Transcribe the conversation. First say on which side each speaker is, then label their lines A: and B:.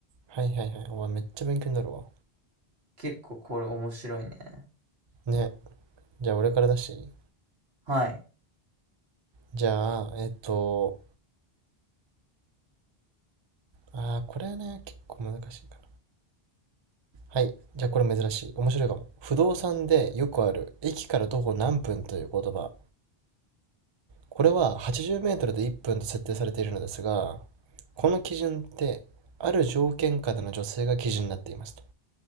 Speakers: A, on the right; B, on the right.
A: はいはいはい。お前めっちゃ勉強になるわ。
B: 結構これ面白いね。
A: ね。じゃあ俺から出していい
B: はい。
A: じゃあ、えっと、あーこれね、結構難しいかな。はい。じゃあこれ珍しい。面白いかも。不動産でよくある、駅から徒歩何分という言葉。これは80メートルで1分と設定されているのですが、この基準って、ある条件下での女性が基準になっていますと。